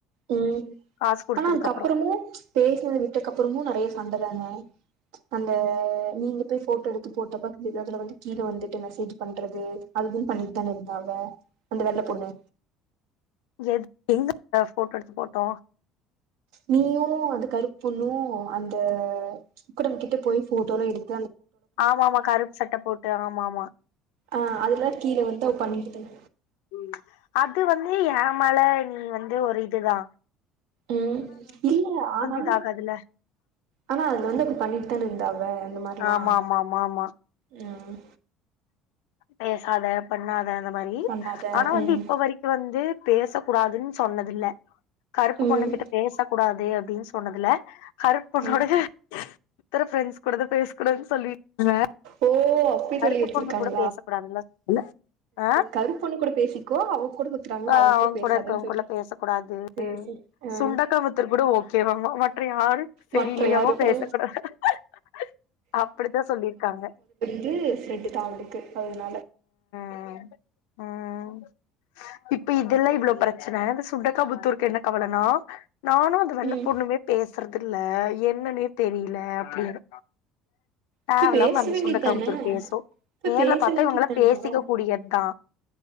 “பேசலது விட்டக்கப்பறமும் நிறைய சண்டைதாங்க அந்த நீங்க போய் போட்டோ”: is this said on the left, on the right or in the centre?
Right